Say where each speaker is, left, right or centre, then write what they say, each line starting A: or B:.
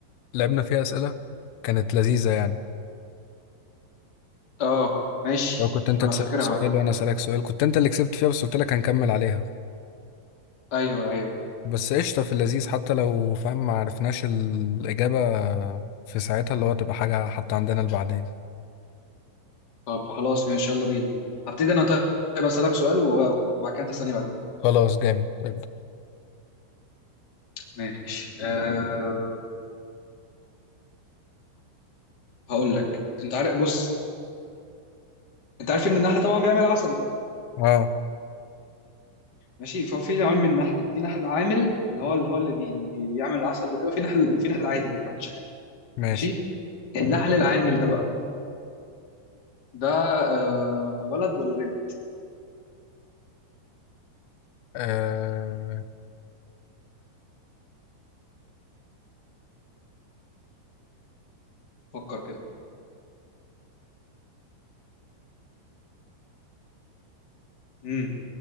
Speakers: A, on the left; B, on the left.
A: لعبنا فيها اسئلة كانت لذيذة يعني
B: اه ماشي
A: لو كنت انت
B: انا
A: تسألني
B: فاكرها
A: سؤال وانا اسألك سؤال كنت انت اللي كسبت فيها بس قلت لك هنكمل عليها
B: ايوه ايوه
A: بس قشطة في اللذيذ حتى لو فاهم ما عرفناش الإجابة في ساعتها اللي هو تبقى حاجة حتى عندنا لبعدين
B: طب خلاص ماشي يلا بينا هبتدي انا طيب اسالك سؤال و- وبعد كده تسالني بعد كده
A: خلاص جامد ابدأ
B: ماشي أه هقول لك انت عارف بص انت عارف ان النحل طبعا بيعمل عسل
A: اه
B: ماشي فهو في نوعين من النحل في نحل عامل اللي هو اللي هو اللي بي- يعني بي- بيعمل العسل وكده وفي نحل في نحل عادي ما بيعملش حاجه
A: ماشي
B: ماشي النحل العامل ده بقى ده أه ولد ولا بنت
A: أه
B: فكر كده امم